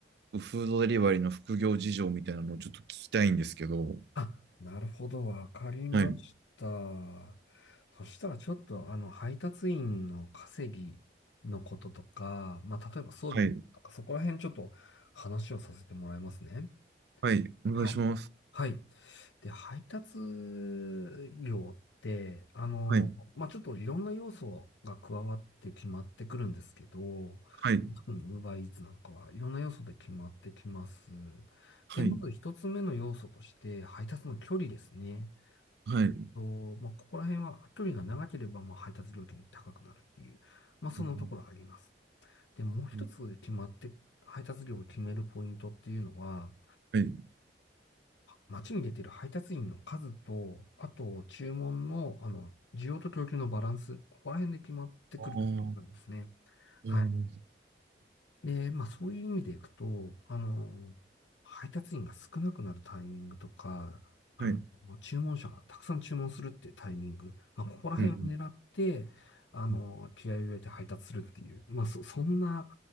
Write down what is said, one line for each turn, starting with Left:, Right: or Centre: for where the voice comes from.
Right: う、フードデリバリーの副業事情みたいなのをちょっと聞きたいんですけど、
Left: あ、なるほど。わかりました。
Right: はい、
Left: そしたらちょっと、あの、配達員の稼ぎのこととか、まあ、例えば装備のこととか、
Right: はい、
Left: そこら辺ちょっと話をさせてもらいますね。
Right: はい、お願いします。
Left: はいはい。で、配達料って、あの、
Right: はい、
Left: まあ、ちょっといろんな要素が加わって決まってくるんですけど、
Right: はい、
Left: 特に UberEats なんかはいろんな要素で決まってきます。
Right: はい、
Left: で、まず一つ目の要素として、配達の距離ですね。
Right: はい。
Left: えっと、
Right: う
Left: まあ、ここら辺は距離が長ければ、まあ、配達料金も高くなるっていう、まあ、そのところあります。
Right: ん
Left: で、もう一つ決まって、
Right: うん
Left: 配達料を決めるポイントっていうのは、
Right: はい。
Left: 街に出てる配達員の数と、あと注文の、あの、需要と供給のバランス、ここら辺で決まってくるところなんですね。
Right: ああ、うん、
Left: はい。で、まあそういう意味でいくと、あの、配達員が少なくなるタイミングとか、あの、
Right: はい。
Left: 注文者がたくさん注文するっていうタイミング、まあここら辺を狙って、
Right: うん、う
Left: あの、
Right: ん、
Left: 気合を入れて配達するっていう、まあそ、そんな